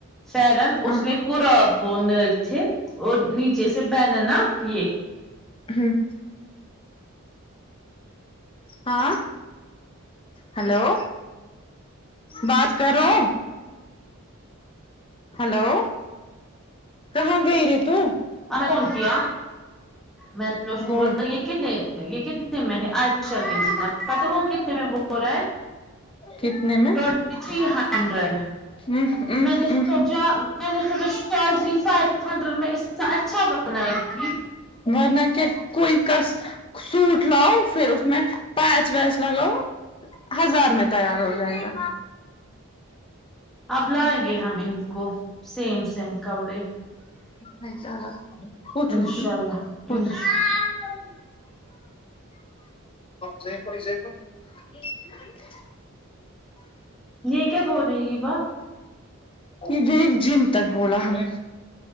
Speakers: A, in the centre; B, on the left.
A: فیرن اس
B: ہاں
A: میں قراب وہ نر تھے اور نیچے سے پہنا نہ یہ
B: ہوں ہاں ہلو بات کرو ہلو کہاں گئی رے تو
A: ہمیں فون کیا میں نے اس کو
B: بول
A: بولا یہ کتنے یہ کتنے میں ہے اچھا جی جناب پتہ ہے وہ کتنے میں بول رہا ہے
B: کتنے میں
A: ٹوئنٹی تری ہنڈریڈ
B: ا ا
A: میں نے
B: ا
A: سوچا میں نے سوچا خطر شی فائیو ہنڈریڈ میں اس سے اچھا سنائی تھی
B: ورنہ کیا کوئی کا سوٹ لاؤ پھر اس میں پیچ ویچ لگاؤ ہزار میں تیار ہو جائے گا
A: اب لائیں گے ہم ان کو سیم سیم کپڑے
B: رہتا الگ پوچھوں
A: انشاء
B: سن
A: اللہ
B: پوچھ
A: انشاء
B: ج کوی ج کوی <unintelligible>
A: یہ کیا بول رہی ہیبا
B: جی ایک جم تک بولا ہمیں